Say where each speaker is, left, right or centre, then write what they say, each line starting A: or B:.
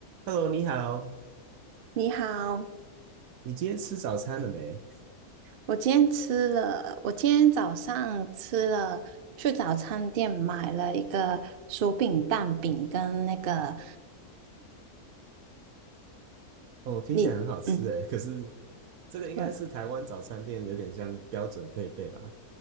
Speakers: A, on the right; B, on the right.
A: Hello，你好，
B: 你好，
A: 你今天吃早餐了没？
B: 我今天吃了，我今天早上吃了，去早餐店买了一个薯饼蛋饼跟那个
A: 哦，听起来很好吃哎，
B: 你，嗯，
A: 可是这个应该是台湾早餐店有点像标准配备吧？
B: 嗯